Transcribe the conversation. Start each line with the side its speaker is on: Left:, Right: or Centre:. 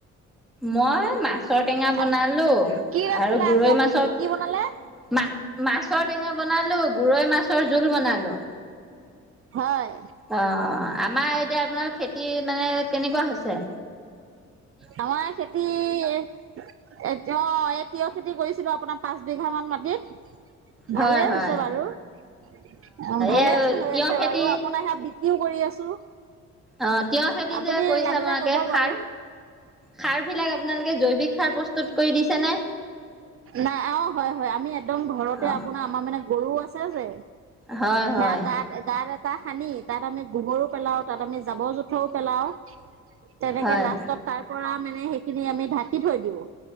Centre: মই মাছৰ টেঙা বনালো
Right: আজ কি ৰান্ধিলে
Centre: আৰু গৰৈ
Right: আজি আপুনি
Centre: মাছৰ
Right: কি বনালে?
Centre: মা মাছৰ টেঙা বনালো গৰৈ মাছৰ জোল বনালো।
Right: হয়
Centre: অ', আমাৰ এতিয়া আপোনাৰ খেতি মানে কেনেকুৱা হৈছে?
Right: আমাৰ খেতি এটো এ তিয়হ খেতি কৰিছিলো আপোনাৰ পাঁচ বিঘা মান মাটিত
Centre: হয়
Right: ভালে
Centre: হয়
Right: হৈছে বাৰু অ', ভালে
Centre: এই
Right: হৈ
Centre: তিয়হ
Right: আছে
Centre: খেতি
Right: বাৰু আপোনাৰ সে ক কৰি আছো।
Centre: অ', তিয়ঁহ খেতি
Right: আপুনি
Centre: যে কৈছে
Right: লাগিলে
Centre: আপোনালোকে
Right: ক'ব
Centre: সাৰ
Right: বাৰু।
Centre: সাৰ বিলাক আপোনালোকে জৈৱিক সাৰ প্ৰস্তুত কৰি দিছেনে
Right: নাই অ', হয় হয় আমি একদম ঘৰতে
Centre: অ
Right: আপোনাৰ আমাৰ মানে গৰু আছে যে
Centre: হয়
Right: সেয়া
Centre: হয়
Right: গাত গাত তাহ সানি তাত আমি গোবৰো পেলাও তাত আমি জাবৰ জোথৰও পেলাওঁ। তেনেকে
Centre: হয়
Right: লাষ্টত তাৰ পৰা মানে সেইখিনি আমি ঢাকি থৈ দিওঁ।